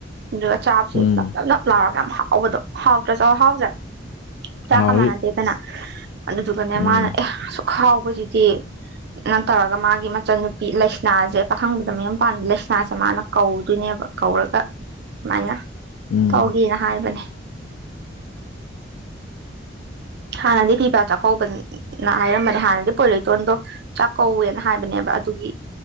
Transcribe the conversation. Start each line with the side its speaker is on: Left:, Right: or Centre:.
Right: ꯑꯗꯨꯒ ꯆꯥꯕꯁꯨ
Left: ꯎꯝ
Right: ꯂꯞ ꯂꯞ ꯂꯞ ꯂꯥꯎꯔꯒ ꯌꯥꯝ ꯍꯥꯎꯕꯗꯣ ꯍꯥꯎꯇ꯭ꯔ ꯆꯥꯎ ꯍꯥꯎꯖꯔꯦ ꯆꯥꯛꯀ
Left: ꯍꯥꯎꯋꯤ
Right: ꯃꯥꯟꯅꯗꯦꯗꯅ ꯑꯗꯨꯗꯨꯒꯅꯦ
Left: ꯎꯝ
Right: ꯃꯥꯅ ꯑꯦ ꯁ ꯈꯥꯎꯖꯤꯗꯤ ꯅꯠꯇꯧꯔꯒ ꯃꯥꯒꯤ ꯃꯆꯟꯅꯨꯄꯤ ꯂꯥꯏꯁꯅꯥꯁꯦ ꯄꯥꯈꯪꯕꯗ ꯃꯌꯨ ꯄꯥꯝꯗꯦ ꯂꯩꯁꯅꯥꯁꯦ ꯃꯥꯅ ꯀꯧꯗꯣꯏꯅꯦꯕ ꯀꯧꯔꯒ ꯁꯃꯥꯏꯅ
Left: ꯎꯝ
Right: ꯇꯧꯒꯦꯅ ꯍꯥꯏꯕꯅꯦ ꯍꯥꯟꯅꯗꯤ ꯐꯤꯕ ꯆꯥꯛꯀꯧꯕꯅ ꯍꯥꯏꯔꯝꯕꯅꯦ ꯍꯥꯟꯅꯗꯤ ꯄꯣꯂꯩꯇꯣꯟꯗꯣ ꯆꯥꯛꯀꯧꯋꯦꯅ ꯍꯥꯏꯕꯅꯦꯕ ꯑꯗꯨꯒꯤ